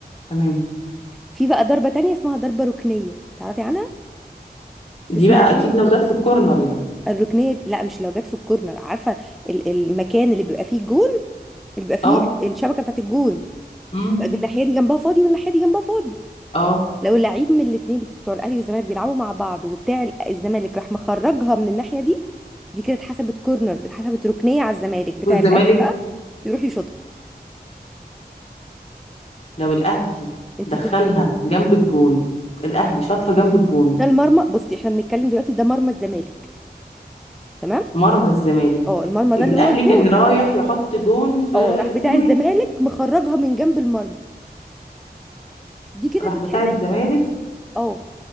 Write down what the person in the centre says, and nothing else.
في بقى ضربة تانية اسمها ضربة ركنية تعرفي عنها
تسمعي
عنها؟
الركنية دي- لا مش لو جت في الكورنر عارفة ال- المكان اللي بيبقى فيه الجون اللي بيبقى فيه
ال- الشبكة بتاعت الجون
يبقى الناحية دي جنبها فاضي والناحية دي جنبها فاضي
لو لعيب من الاتنين بتوع الأهلي والزمالك بيلعبوا مع بعض وبتاع ال- الزمالك راح مخرجها من الناحية دي دي كده اتحسبت كورنر اتحسبت ركنية على الزمالك بتاع
الأهلي بقى يروح يشوطها
انت
دلوقتي
ده المرمى بصي احنا بنتكلم دلوقتي ده مرمى الزمالك تمام
اه المرمى ده
اللي هو الجون
اه راح
بتاع الزمالك مخرجها من جنب المرمى دي كده
تتحسب
اه